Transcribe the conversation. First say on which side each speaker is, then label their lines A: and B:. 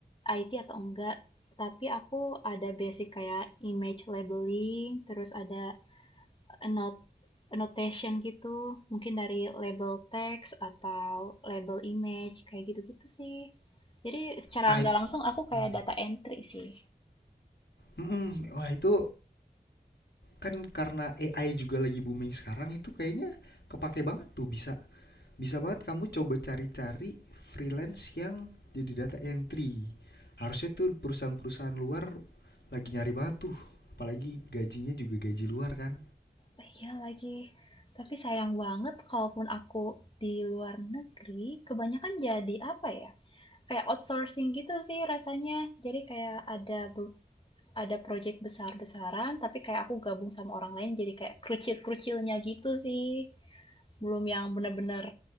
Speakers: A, on the left (about 30°); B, on the left (about 80°).
A: IT atau enggak, tapi aku ada basic kayak image labeling, terus ada a note- a notation gitu, mungkin dari label text atau label image kayak gitu-gitu sih. Jadi secara
B: Ah, it-
A: nggak langsung aku kayak
B: Iya.
A: data entry sih.
B: mm-mm. Wah itu kan karena AI juga lagi booming sekarang itu kayaknya kepake banget tuh bisa bisa banget kamu coba cari-cari freelance yang jadi data entry. Harusnya tuh perusahaan-perusahaan luar lagi nyari batu, apalagi gajinya juga gaji luar kan.
A: Oh Iya lagi, tapi sayang banget kalaupun aku di luar negeri, kebanyakan jadi apa ya? Kayak outsourcing gitu sih rasanya. Jadi kayak ada ada project besar-besaran, tapi kayak aku gabung sama orang lain jadi kayak kerucil-kerucilnya gitu sih. belum yang benar-benar